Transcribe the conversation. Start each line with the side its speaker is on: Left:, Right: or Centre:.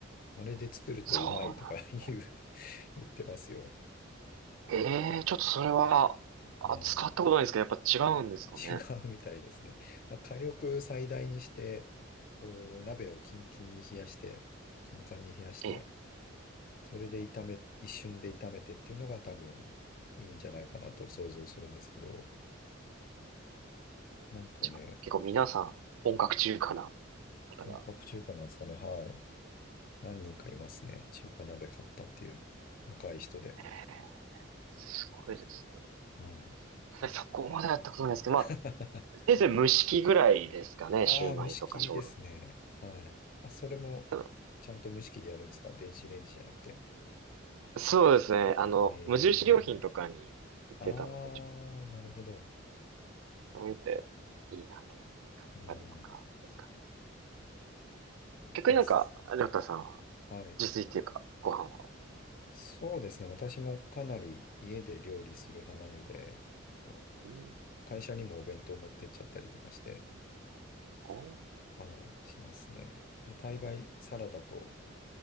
Left: あれで作るとうまいとか
Right: そうなんです。
Left: <laughs> 言う、言ってますよ。
Right: ええちょっとそれは、あ、
Left: うん。
Right: 使ったことないんですけど、やっぱ違うんですかね。
Left: 違うみたいですね。<laughs> まあ、火力最大にして、こう、鍋をキンキンに冷やして、カンカンに冷やして、
Right: ええ、
Left: それで炒め、一瞬で炒めてっていうのが多分いいんじゃないかなと想像するんですけど、なんかね、
Right: じゃあ、結構皆さん、本格中華な方が。
Left: 本格中華なんですかね。はい。何人かいますね。中華鍋買ったっていう若い人で。
Right: ええ、すごいですね。
Left: はい。
Right: でそこまでやったことないですけど、
Left: <laughs>
Right: まあ、せいぜい蒸し器ぐらいですかね、
Left: ああ、
Right: シューマイとか小籠
Left: 蒸し器ですね。はい。あ、それもちゃんと蒸し器でやるんですか電子レンジじゃなくて。
Right: 包。そうですね、あの、
Left: へ
Right: 無印良品とかに行ってたので、
Left: え。ああ、
Right: ちょ
Left: なるほど。
Right: っと見て、いいなと思って買ったりとかですかね。
Left: うん。い
Right: 逆になんか、
Left: やす
Right: りょうたさんは、
Left: はい。
Right: 自炊っていうか、ご飯を。
Left: そうですね。私もかなり家で料理する派なので、あの、
Right: うん。
Left: 会社にもお弁当持ってっちゃったりとかして、
Right: おー
Left: はい、しますね。まあ大概サラダと、